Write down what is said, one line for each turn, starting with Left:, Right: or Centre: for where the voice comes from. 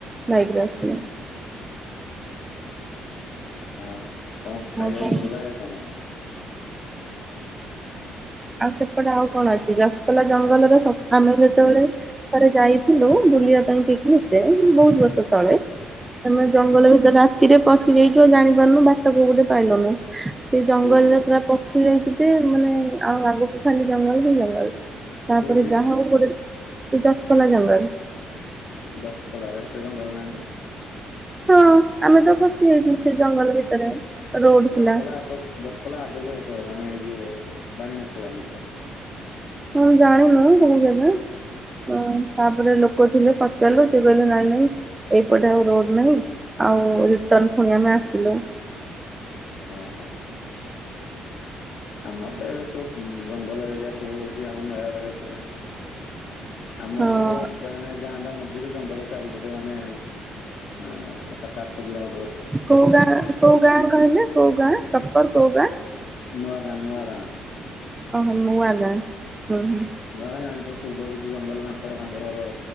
Right: ବାଇକରେ ଆସିଲେ।
Left: ଆଉ କଣ ଖାଇବାକୁ
Right: ହଉ ତାହେଲେ
Left: ଭଲ ଲାଗେ କଣ?
Right: ଆଉ ସେପଟେ ଆଉ କଣ ଅଛି ରସପଲା ଜଙ୍ଗଲରେ ସ ଆମେ ଯେତେବେଳେ ଥରେ ଯାଇଥିଲୁ ବୁଲିବା ପାଇଁ ପିକନିକ ରେ ବୋହୁତ ବର୍ଷ ତଳେ ଆମେ
Left: ହୁଁ
Right: ଜଙ୍ଗଲ ଭିତରେ ରା ତିରେ ପଶିଯାଇଚୁ ଆଉ ଜାଣିପାରୁନୁ ବାଟ କୋଉ ପଟେ ପାଇଲୁନୁ ସେ ଜଙ୍ଗଲରେ
Left: କୋଉଠି
Right: ପୁରା ପଶିଯାଇ ନ୍ତି ମାନେ ଆଉ ଆଗକୁ ଖାଲି ଜଙ୍ଗଲ ହିଁ ଜଙ୍ଗଲ। ତାପରେ
Left: କୋଉଠି?
Right: ଯାହାହୋଉ <unintelligible> ଏଇ ଦଶପଲା ଜଙ୍ଗଲ।
Left: ଦଶପଲାରେ ଏତେ ଜଙ୍ଗଲ ନା ଟା।
Right: ହଁ ଆମେ ତ ଫସି ଯାଇଥିଲୁ ସେ ଜଙ୍ଗଲ ଭିତରେ। ରୋଡ ଥିଲା
Left: ଦଶପଲା ଆଗକୁ ଦଶପଲା ଆଗକୁ ହେଇଥିବ। ମାନେ। <unintelligible>
Right: ମୁଁ ଜାଣିନୁ <unintelligible> ଜାଗା। ହୁଁ। ତାପରେ ଲୋକ ଥିଲେ ପଚାରିଲୁ ସେ କହିଲେ ନାଇଁ ନାଇଁ। ଏଇପଟେ ଆଉ ରୋଡ ନାହିଁ। ଆଉ ରିଟର୍ନ ପୁଣି ଆମେ ଆସିଲୁ।
Left: <inaudible> ଓ ହଁ। ଆମର ତ ଏଇରା ସବୁ ଜଙ୍ଗଲ ଏରିଆ ସବୁ ଏଠି ଆମ ନୟାଗଡ ଭିତରେ। ଆମର
Right: ହଁ
Left: ତ ପୁରା କହିଲାଣି ଗାଁଟା ମଝିରେ ଜଙ୍ଗଲ ଚାରିପଟେ ମାନେ ଆ ସାତ ଆଠ କିଲୋମି
Right: କୋଉ ଗାଁ କୋଉ ଗାଁ କହିଲ କୋଉ ଗାଁ ପ୍ରପର୍ କୋଉ ଗାଁ?
Left: ନୂଆ <unintelligible>
Right: ଓ ହୋ। ନୂଆ ଗାଁ। ହୁଁ ହୁଁ
Left: ନୂଆ ଗାଁ ଜାଣିଥିବ ପୂର୍ବରୁ ଯୋଉ ଜଙ୍ଗଲ ମାଙ୍କଡ ଫାଙ୍କଡର